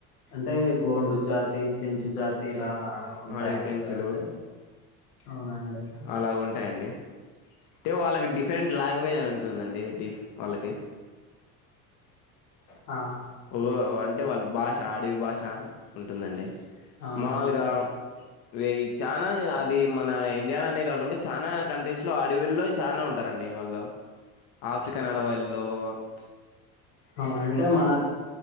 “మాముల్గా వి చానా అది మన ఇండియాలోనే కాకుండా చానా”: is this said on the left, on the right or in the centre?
Left